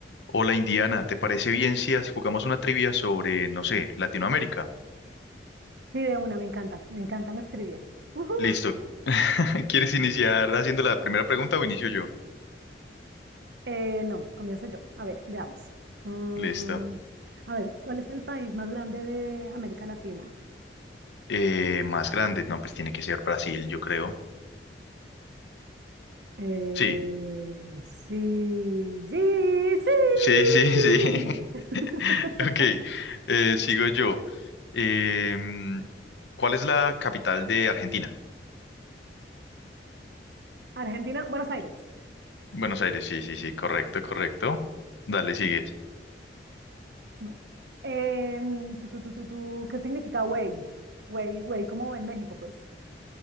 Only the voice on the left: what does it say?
Hola Indiana, ¿te parece bien si as- jugamos una trivia sobre, no sé, Latinoamérica?
Listo. <laughs> ¿Quieres iniciar haciendo la primera pregunta o inicio yo?
Listo.
Eh, más grande, no, pues tiene que ser Brasil, yo creo.
Sí,
sí, sí, sí. <laughs>
Ok, eh, sigo yo. Em, ¿cuál es la capital de Argentina?
Buenos Aires, sí, sí, sí, correcto, correcto. Dale, sigues.